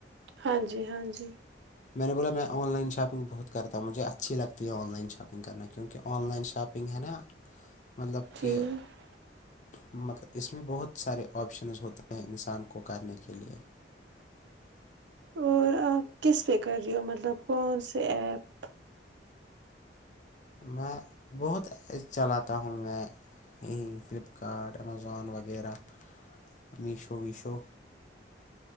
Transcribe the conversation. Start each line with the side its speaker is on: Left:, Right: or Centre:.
Right: ہاں جی ہاں جی
Left: میں نے بولا میں آن لائن شاپنگ بہت کرتا ہوں مجھے اچھی لگتی ہے آن لائن شاپنگ کرنا کیونکہ آن لائن شاپنگ ہے نا مطلب
Right: ٹھیک
Left: کہ مطلب اس میں بہت سارے آپشنز ہوتے ہیں انسان کو کرنے کے لیے
Right: اور آپ کس پہ کر رہی ہو مطلب کون سے ایپ
Left: میں بہت چلاتا ہوں میں یہی فلپ کارٹ امیزون وغیرہ میشو ویشو